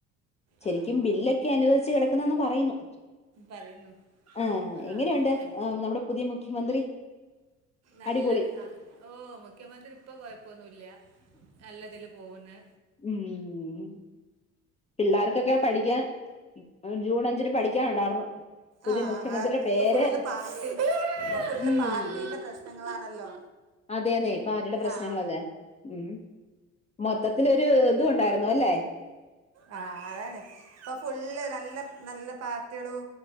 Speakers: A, on the left (about 20°); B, on the right (about 45°).
A: ശെരിക്കും
B: ആ
A: ബില്ലൊക്കെ
B: ആ
A: അനുവദിച്ചു കിടക്കുന്നന്ന് പറയുന്നു
B: പറയുന്നു
A: ആ ഏ
B: ആ
A: എങ്ങനെയുണ്ട്
B: ഹെൽ
A: നമ്മുടെ പുതിയ മുഖ്യമന്ത്രി
B: നല്ലത്
A: അടിപൊളി
B: ആ ഓ മുഖ്യമന്ത്രി ഇപ്പ കൊയപ്പം പ്പൊന്നുല്ല നല്ലതിൽ പോക്ന്ന്
A: ഉം പിള്ളേർക്കൊക്കെ പഠിക്കാൻ ജൂൺ അഞ്ചിന് പഠിക്കാനുണ്ടായിരുന്നു പുതിയ
B: ആ
A: മുഖ്യമന്ത്രിയുടെ പേര്
B: ഇപ്പൊ ഫുള്ള് പാർട്ടി ഫുള്ള്
A: ഉം
B: പാർട്ടീന്റെ പ്രശ്നങ്ങളാണല്ലോ
A: അതേന്നെ പാർട്ടിയുടെ പ്രശ്നങ്ങളല്ലേ
B: ആ
A: ഉം മൊത്തത്തിലൊരു ഇത് ഉണ്ടായിരുന്നു ല്ലെ
B: ആ അതാണ് ഇപ്പൊ ഫുള്ള് നല്ല നല്ല പാർട്ടികളും